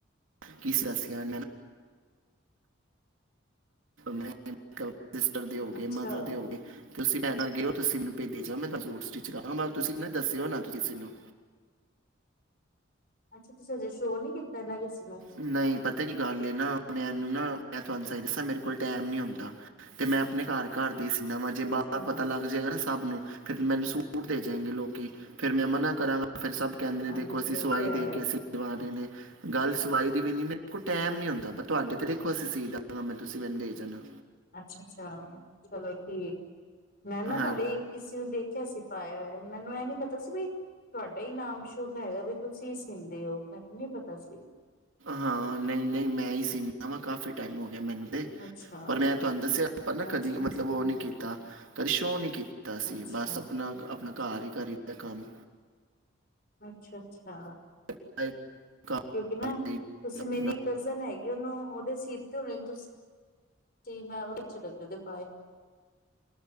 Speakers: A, on the right; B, on the left.
A: ਕੀ <unintelligible> ਮੈਂ <unintelligible> ਸਿਸਟਰ ਦੇ ਹੋ
B: ਅੱਛਾ
A: ਗਏ, ਮਦਰ ਦੇ ਹੋ ਗਏ, ਤੁਸੀਂ <unintelligible> ਗਏ ਓ ਤੁਸੀਂ ਭੇਦੀ ਜਾ ਮੈਂ ਤੁਹਾਨੂੰ ਸੂਟ ਸਟਿਚ ਕਰਾਂ, ਤੁਸੀਂ ਨਾ ਦੱਸਿਓ ਨਾ ਕਿਸੇ ਨੂੰ
B: ਅੱਛਾ ਤੁਸੀਂ ਹਜੇ ਸ਼ੋ ਨੀ ਕੀਤਾ <unintelligible>
A: ਨਹੀਂ, ਪਤਾ ਕੀ ਗੱਲ ਏ ਨਾ ਮੈਂ ਮੈਨੂੰ ਨਾ, ਮੈਂ ਤੁਹਾਨੂੰ ਸਹੀ ਦੱਸਾਂ, ਮੇਰੇ ਕੋਲ ਟੈਮ ਨੀ ਹੁੰਦਾ ਤੇ ਮੈਂ ਆਪਣੇ ਘਰ-ਘਰ ਦੇ ਸੀਨਾ ਵਾ ਜੇ
B: ਅੱਛਾ
A: ਬਾਹਰ ਪਤਾ ਲੱਗ ਜਾਏਗਾ ਨਾ ਸਭ ਨੂੰ ਫਿਰ ਮੈਨੂੰ ਸੂਟ ਦੇ ਜਾਏੰਗੇ ਲੋਕੀ, ਫਿਰ ਮੈਂ ਮਨਾ ਕਰਾਂ ਫੇਰ ਸਭ ਕਹਿੰਦੇ ਨੇ
B: ਹਾਂਜੀ
A: ਦੇਖੋ, ਅਸੀਂ ਸਵਾਈ
B: ਇਹ ਤੇ ਹੈ।
A: ਦੇ ਕੇ ਸਵਾਣੇ ਨੇ ਗੱਲ ਸਵਾਈ ਦੀ ਵੀ ਨੀ, ਮੇਰੇ ਕੋਲ ਟੈਮ ਨੀ ਹੁੰਦਾ, ਪਰ ਤੁਹਾਡੇ ਤੇ ਦੇਖੋ ਅਸੀਂ ਸੀ ਦਾਂਗਾ ਮੈਂ, ਤੁਸੀਂ ਮੈਨੂੰ ਦੇ ਜਾਣਾ।
B: ਅੱਛਾ ਅੱਛਾ ਚਲੋ ਠੀਕ ਮੈਂ ਨਾ ਤੁਹਾਡੇ
A: ਹਾਂ
B: ਕਿਸੇ ਨੂੰ, ਦੇਖਿਆ ਸੀ। ਪਾਇਆ ਹੋਇਆ ਮੈਨੂੰ ਇਹ ਨੀ ਪਤਾ ਸੀ ਵੀ, ਤੁਹਾਡਾ ਹੀ ਨਾਮ ਸ਼ੁਭ ਹੈਗਾ ਵੀ, ਤੁਸੀਂ ਈ ਸੀੰਦੇ ਓ, ਮੈਨੂੰ ਨੀ ਪਤਾ ਸੀ।
A: ਹਾਂ ਨਈ-ਨਈ ਮੈਂ ਹੀ ਸੀਨਾ ਵਾ, ਕਾਫੀ ਟਾਈਮ ਮੈਨੂੰ ਤੇ
B: ਅੱਛਾ
A: ਪਰ ਮੈਂ ਤੁਹਾਨੂੰ ਦੱਸਿਆ ਪਰ ਨਾ
B: ਅੱਛਾ
A: ਕਦੀ
B: ਅੱਛਾ
A: ਮਤਲਬ, ਉਹ ਨੀ ਕੀਤਾ ਕਦੀ ਸ਼ੋ ਨੀ ਕੀ ਤਾ ਸੀ
B: ਅੱਛਾ
A: ਬਸ ਆਪਨਾ-ਆਪਨਾ ਘਰ ਈ ਕਰੀ ਦੈ ਕੰਮ।
B: ਅੱਛਾ। ਅੱਛਾ,
A: ਸਾਰੇ ਘਰ
B: ਕਿਉਂਕਿ ਨਾ,
A: ਹੀ
B: ਤੁਸੀਂ ਮੇਰੀ
A: ਆਪਣਾ
B: ਕਜ਼ਨ ਹੈਗੀ, ਉਹਨੂੰ ਉਹਦੇ ਸੀ ਹੋ ਨੂੰ ਤੁਸੀ ਮੈਂ <unintelligible>